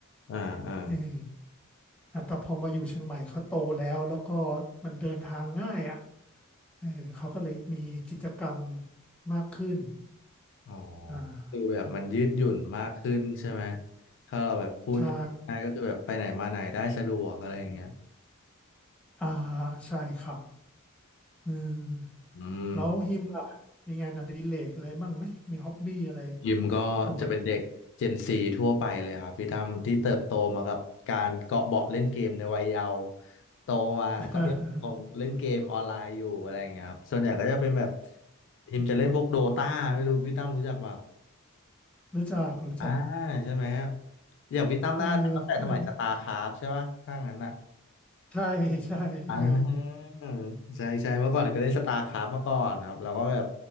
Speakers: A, on the left; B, in the centre.
A: อ่าอ่า
B: เอออ่ะแต่พอมาอยู่เชียงใหม่เขาโตแล้วแล้วก็มันเดินทางง่ายอ่ะเออเขาก็เลยมีกิจกรรมมากขึ้น
A: อ๋อ
B: อ่า
A: คือแบบมันยืดหยุ่นมากขึ้นใช่ไหมถ้าเราแบบพูดกันง่ายๆก็คือแบบไปไหนมาไหนได้สะดวกอะไรอย่างเงี้ย
B: ใช่ อ่า ใช่ครับอืม
A: อืม
B: แล้วฮิมล่ะมีงานอดิเรกอะไรบ้างไหม มีฮ็อบบี้อะไร
A: ยิมก็จะเป็นเด็ก
B: ปกติ
A: Gen 4ทั่วไปเลยครับพี่ตั้มที่เติบโตมากับการเกาะเบาะเล่นเกมในวัยเยาว์โตมาก็ยังคงเล่นเกมออนไลน์อยู่อะไรอย่างเงี้ยครับส่วนใหญ่ก็จะเป็นแบบ
B: <laughs>
A: ทีมจะเล่นพวกโดตาไม่รู้พี่ตั้มรู้จักเปล่า
B: รู้จัก รู้จัก
A: อ่าใช่ไหมครับอย่างพี่ตั้มน่าจะตั้งแต่สมัยสตาร์คราฟใช่ป่ะถ้างั้นอ่ะ
B: เออคือใช่ ใช่
A: อ่า
B: เออ
A: ใช่ใช่เมื่อก่อนก็เล่นสตาร์คราฟมาก่อนครับแล้วก็แบบ